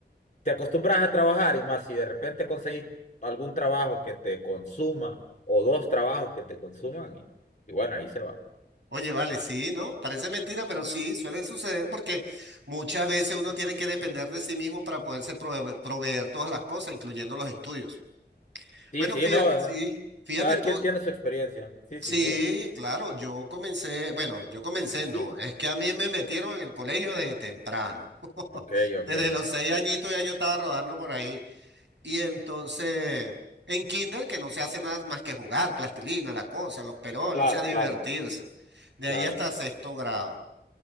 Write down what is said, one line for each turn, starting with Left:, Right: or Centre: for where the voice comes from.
Left: te acostumbras a trabajar y más si de repente conseguís algún trabajo que te consuma o dos trabajos que te consuman y, y bueno, ahí se va.
Right: Oye, vale, sí, ¿no? Parece mentira, pero sí, suele suceder porque muchas veces uno tiene que depender de sí mismo para poderse prove- proveer todas las cosas, incluyendo los estudios.
Left: Sí,
Right: Bueno,
Left: sí,
Right: fíjate,
Left: no. eh.
Right: sí, fíjate
Left: Cada
Right: tú,
Left: quien tiene su experiencia. Sí,
Right: sí,
Left: sin duda.
Right: claro, yo comencé, bueno, yo comencé,
Left: Sí,
Right: no,
Left: sí.
Right: es que a mí me metieron en el colegio desde temprano.
Left: Ok, ok.
Right: Desde los seis añitos ya yo estaba rodando por ahí. Y entonces, en kinder, que no se hace nada más que jugar, plastilina, la cosa, los peroles,
Left: Claro,
Right: o sea, divertirse.
Left: claro.
Right: De
Left: Claro,
Right: ahí hasta sexto grado.